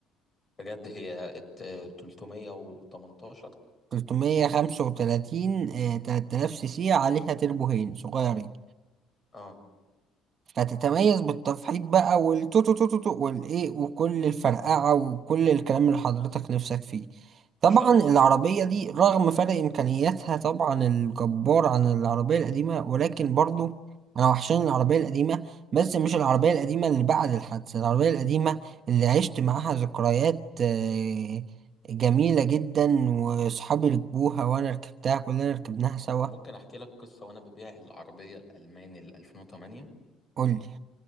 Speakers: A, on the left (about 30°); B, on the right (about 50°).
A: بجد هي ات- آه، 318
B: 335 آه 3000 سي سي عليها تربو هين صغيرين
A: اه
B: فتتميز بالتفحيط بقى والتوتوتوتو والايه وكل الفرقعة وكل الكلام اللي حضرتك نفسك فيه طبعا
A: ما شاء الله
B: العربية دي رغم فرق إمكانياتها طبعا الجبار عن العربية القديمة ولكن برضو أنا وحشاني العربية القديمة بس مش العربية القديمة اللي بعد الحادثة العربية القديمة اللي عشت معاها ذكريات آه، جميلة جدا وصحابي ركبوها وأنا ركبتها كلنا ركبناها سوا
A: ممكن أحكي لك قصة وأنا ببيع العربية الألماني ال 2008
B: قولي